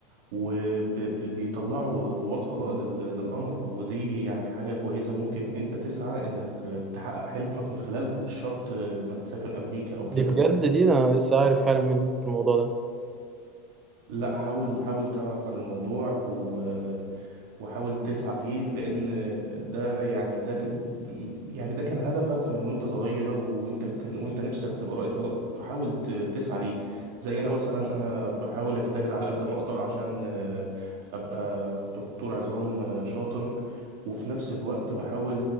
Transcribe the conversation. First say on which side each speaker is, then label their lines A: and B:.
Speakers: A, on the right; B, on the right.
A: وبيطلعوا رواد فضاء لل- للقمر ودي يعني حاجه كويسه ممكن انت تسعى انك آه، تحقق حلمك من خلالها مش شرط آه، انك تسافر امريكا او كده
B: دي بجد دي انا لسه عارف حالا منك الموضوع ده
A: لا حاول حاول تعرف عن الموضوع و... وحاول تسعى فيه لان ده يعني ده كده يعني ده كان هدفك من وانت صغير وانت كان وانت نفسك تبقى رائد فضاء فحاول ت- تسعى ليه زي انا
B: مم.
A: مثلا انا بحاول اجتهد على قد ما اقدر عشان آه، ابقى دكتور عظام آه، شاطر وفي نفس الوقت بحاول